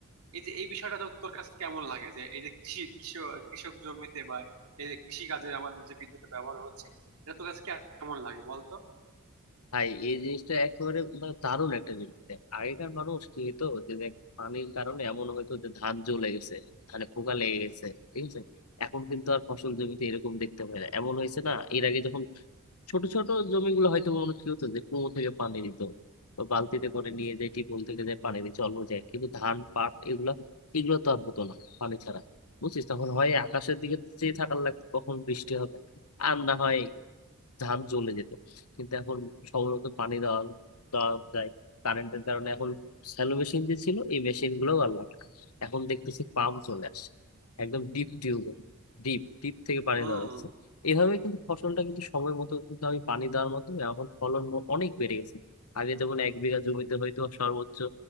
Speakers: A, on the right (about 75°); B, on the left (about 80°).
A: এই যে এই বিষয়টা তো তোর কাছে কেমন লাগে যে এই যে কৃষি কৃষক কৃষক জমিতে বা এই যে কৃষি কাজে আমাদের যে বিদ্যুতের ব্যবহার হচ্ছে এটা তোর কাছে কেমন লাগে বলতো
B: ভাই এই জিনিসটা একেবারে মানে দারুণ একটা জিনিস দেখ আগেকার মানুষ কি হতো যে দেখ পানির কারণে এমন হয়তো যে ধান জ্বলে গেছে ধানে পোকা লেগে গেছে ঠিক আছে এখন কিন্তু আর ফসল জমিতে এরকম দেখতে পাই না এমন হয়েছে না এর আগে যখন ছোট ছোট জমিগুলো হয়তো মানুষ কি হতো যে কুয়ো থেকে পানি দিত বা বালতিতে করে নিয়ে যায় টিউবওয়েল থেকে যায় পানি দিয়ে চলবো যায় কিন্তু ধান পাট এগুলা এগুলো তো আর হতো না পানি ছাড়া বুঝছিস তখন হয় আকাশের দিকে চেয়ে থাকার লাগতো কখন বৃষ্টি হবে আর না হয় ধান জ্বলে যেত কিন্তু এখন সময়মতো পানি দেওয়া দেওয়া যায় কারেন্টের কারণে এখন শ্যালো মেশিন যে ছিল এই মেশিন গুলোও আর লাগে না এখন দেখতেছি পাম্প চলে আসছে একদম ডিপ টিউব ডিপ ডিপ থেকে পানি
A: হম
B: দেওয়া যাচ্ছে এইভাবে কিন্তু ফসলটা কিন্তু সময় মতো কিন্তু আমি পানি দেওয়ার মাধ্যমে এখন ফলন ম- অনেক বেড়ে গেছে আগে যেমন এক বিঘা জমিতে হয়তো সর্বোচ্চ